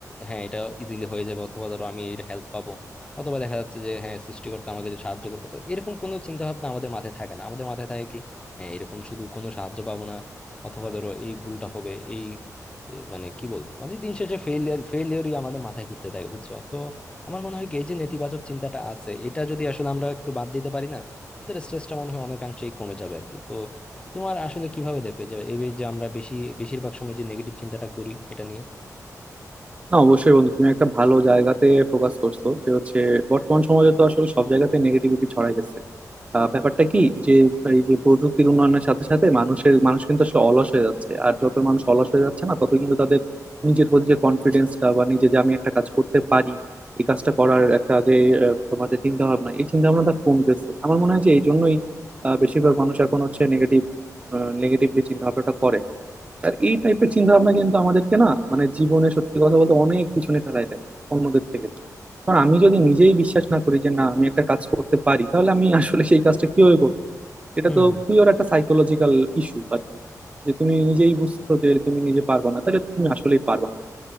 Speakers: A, on the left (about 15°); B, on the right (about 20°).
A: হ্যাঁ এটা ইজিলি হয়ে যাবে অথবা ধরো আমি এর হেল্প পাবো অথবা দেখা যাচ্ছে যে হ্যাঁ সৃষ্টিকর্তা আমাকে যে সাহায্য করবে তো এরকম কোনো চিন্তা ভাবনা আমাদের মাথায় থাকে না আমাদের মাথায় থাকে কি হ্যাঁ এরকম শুধু কোনো সাহায্য পাবো না অথবা ধরো এই ভুলটা হবে এই এ, মানে কি বলবো মানে দিন শেষে ফেলিয়ার ফেলিয়ারই আমাদের মাথায় ঘুরতে থাকে বুঝছো তো আমার মনে হয় কি এই যে নেতিবাচক চিন্তাটা আছে এটা যদি আসলে আমরা একটু বাদ দিতে পারি না আমাদের স্ট্রেসটা মনে হয় অনেকাংশেই কমে যাবে আর কি তো তোমার আসলে কিভাবে দেখবে যে এই যে আমরা বেশি বেশিরভাগ সময় যে নেগেটিভ চিন্তাটা করি এটা নিয়ে
B: না অবশ্যই বন্ধু তুমি একটা ভালো জায়গাতে ফোকাস করছো যে হচ্ছে বর্তমান সমাজে তো আসলে সব জায়গাতে নেগেটিভিটি ছড়াই গেছে আহ, ব্যাপারটা কি যে এই যে প্রযুক্তির উন্নয়নের সাথে সাথে মানুষের মানুষ কিন্তু আসলে অলস হয়ে যাচ্ছে আর যত মানুষ অলস হয়ে যাচ্ছে না তত কিন্তু তাদের নিজের প্রতি যে কনফিডেন্সটা বা নিজে যে আমি একটা কাজ করতে পারি এই কাজটা করার একটা যে আহ, তোমার যে চিন্তা ভাবনা এই চিন্তা ভাবনাটা কমতেছে আমার মনে হয় যে এই জন্যই আহ, বেশিরভাগ মানুষ এখন হচ্ছে নেগেটিভ নেগেটিভলি চিন্তা ভাবনাটা করে আর এই টাইপের চিন্তা ভাবনা কিন্তু আমাদেরকে না মানে জীবনে সত্যি কথা বলতে অনেক পিছনে ফেলায় দেয় অন্যদের থেকে কারণ আমি যদি নিজেই বিশ্বাস না করি যে না আমি একটা কাজ করতে পারি তাহলে আমি <laughs> আসলে সেই কাজটা কিভাবে করবো এটা
A: হুম
B: তো
A: হুম
B: পিওর একটা সাইকোলজিক্যাল ইস্যু আর কি যে তুমি নিজেই বুঝছো যে তুমি নিজে পারবা না তাহলে তুমি আসলেই পারবা না